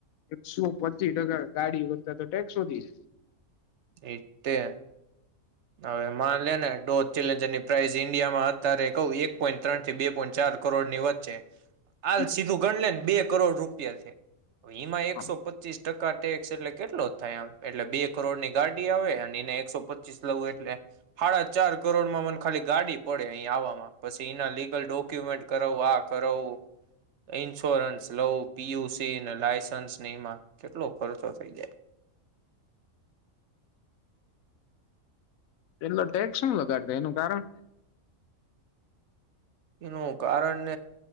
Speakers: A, on the left; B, on the right.
A: એકસો પચી ટકા ગાડી કરતા તો ટેક્સ વધી છે
B: એ તે હવે માનલેને ડો ચેલેજરની પ્રાાઈઝ ઈન્ડિયામા અત્યારે ક એક પોઈન્ટ ત્રણ થી બે પોઈન્ટ ચાર કરોડ ની વચ્ચે
A: જાય
B: હાલ સીધું ગણ લે બે કરોડ રૂપિયાથી હવે ઈમા એકસો
A: હા
B: પચીસ ટકા કા ટેક્સ એટલે કેટલો થાય આમ એટલે બે કરોડ ની ગાડી આવે એને એકસો પચીસ લવુ એટલે સાાડા ચાર કરોડમા મને ખાલી ગાડી પડે અહી પછી એના લીગલ ડોક્યુમેન્ટ કરું આ કરું ઈન્સ્યોરન્સ લ પીયુસી લસન્સને એમા કેટલો ખર્ચો થઈ જાય
A: એટલો ટેક્સ શું લગાડતા એનુ કારણ
B: નુ કારણ